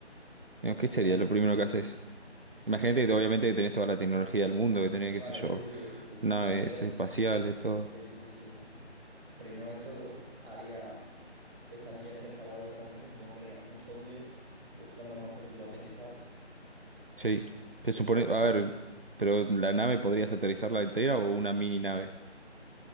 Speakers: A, on the right; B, in the centre.
A: Digo, ¿Qué
B: Vale,
A: sería lo
B: pues,
A: primero que haces? Imagínate que obviamente que tenés toda la tecnología del mundo, que tenés, qué
B: vale,
A: sé yo,
B: sí, sí, pues
A: naves
B: primero,
A: espaciales, todo.
B: sí, sí, sí. Primero de todo, haría estando ya cerca de la órbita del planeta, supongo que haría un sondeo buscando a lo mejor sitio para aterrizar,
A: Sí, se
B: tipo
A: supone,
B: un
A: a
B: lugar.
A: ver, pero la nave podrías aterrizarla entera o una mini nave,